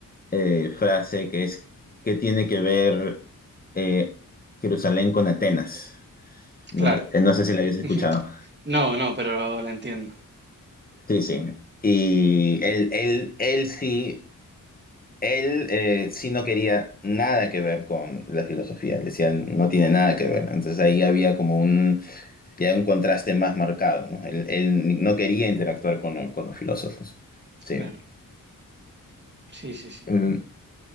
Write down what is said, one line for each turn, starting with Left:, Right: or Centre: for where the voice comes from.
Left: eh, frase que es, ¿qué tiene que ver eh, Jerusalén con Atenas? No,
Right: claro.
Left: eh, no sé si la habías escuchado.
Right: <laughs> No, no, pero la entiendo.
Left: Sí, sí. Y él, él, él sí. Él eh, sí no quería nada que ver con la filosofía, le decían no tiene nada que ver. Entonces ahí había como un, ya un contraste más marcado, ¿no? Él, él no quería interactuar con, con los filósofos. Sí.
Right: Claro. Sí, sí, sí.
Left: Mm.